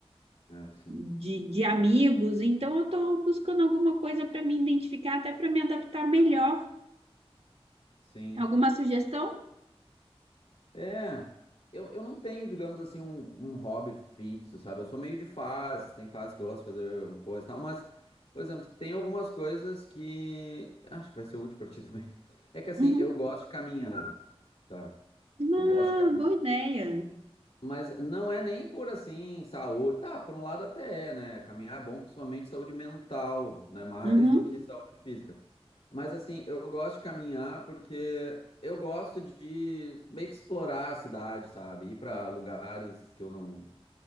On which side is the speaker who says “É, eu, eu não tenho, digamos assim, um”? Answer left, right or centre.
Left